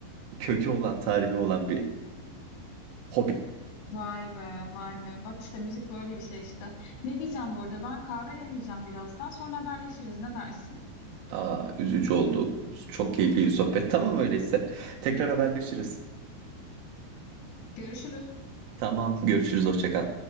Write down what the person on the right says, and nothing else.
kökü olan, tarihi olan bir hobi.
Aa, üzücü oldu. Çok keyifli bir sohbet. Tamam öyleyse. Tekrar haberleşiriz.
Tamam, görüşürüz. Hoşça kal.